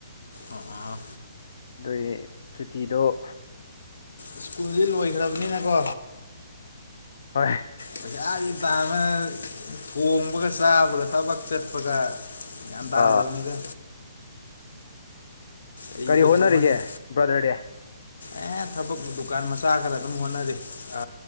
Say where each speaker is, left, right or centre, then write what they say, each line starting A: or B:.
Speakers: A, on the left; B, on the left.
A: ꯑꯥ ꯑꯥ
B: ꯗꯨꯏ ꯁꯨꯇꯤꯗꯣ
A: ꯏꯁ꯭ꯀꯨꯜꯗꯤ ꯂꯣꯏꯈ꯭ꯔꯕꯅꯤꯅ ꯀꯣ
B: ꯍꯣꯏ
A: ꯄꯩꯁꯥꯒꯤ ꯇꯥꯟꯕ ꯊꯣꯡꯕꯒꯥ ꯆꯥꯕꯒ ꯊꯕꯛ ꯆꯠꯄꯒ ꯒ꯭ꯌꯥꯟ ꯇꯥꯗ꯭ꯔꯕꯅꯤꯗ
B: ꯑ
A: ꯑꯩꯕꯨ
B: ꯀꯔꯤ ꯍꯣꯠꯅꯔꯤꯒꯦ
A: ꯊꯣꯡꯉ ꯆꯥ
B: ꯕ꯭ꯔꯗꯔꯗꯤ
A: ꯑꯦ ꯊꯕꯛ ꯗꯨꯀꯥꯟ ꯃꯆꯥ ꯈꯔ ꯑꯗꯨꯝ ꯍꯣꯠꯅꯔꯤ ꯑ